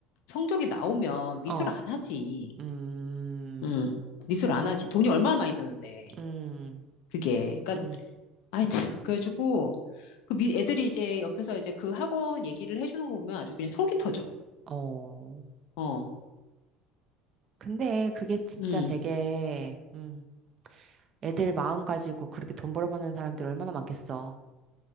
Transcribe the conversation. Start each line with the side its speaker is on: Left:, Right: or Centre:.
Left: 성적이 나오면 미술
Right: 어,
Left: 안 하지.
Right: 음,
Left: 음 미술 안 하지. 돈이 얼마나 많이 드는데.
Right: 음,
Left: 그게. 그러니까,
Right: 음,
Left: 하여튼, <laughs> 그래가지고, 그 미- 애들이 이제 옆에서 이제 그 학원 얘기를 해주는 거 보면 아주 그냥 속이 터져.
Right: 어.
Left: 어,
Right: 근데 그게 진짜
Left: 음.
Right: 되게, 음, 애들 마음 가지고 그렇게 돈 벌어버는 사람들 얼마나 많겠어.